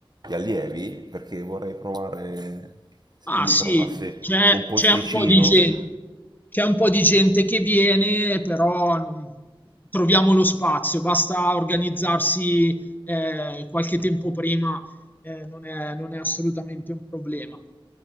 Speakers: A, on the right; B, on the left.
A: di allievi, perché vorrei provare se
B: Ah
A: tu mi
B: sì,
A: trovassi
B: c'è
A: un posticino.
B: c'è un po' di gente, c'è un po' di gente che viene, però non- troviamo lo spazio, basta organizzarsi eh, qualche tempo prima, eh, non è, non è assolutamente un problema.